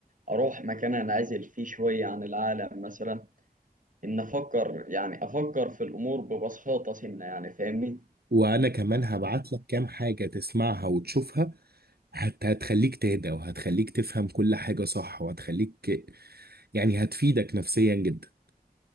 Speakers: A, on the right; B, on the right.
A: اروح مكان انعزل فيه شويه عن العالم مثلا ان افكر يعني افكر في الامور ببساطه سنه يعني فاهمني
B: وانا كمان هبعت لك كام حاجة تسمعها وتشوفها هت- هتخليك تهدى وهتخليك تفهم كل حاجة صح وهتخليك يعني هتفيدك نفسيا جدا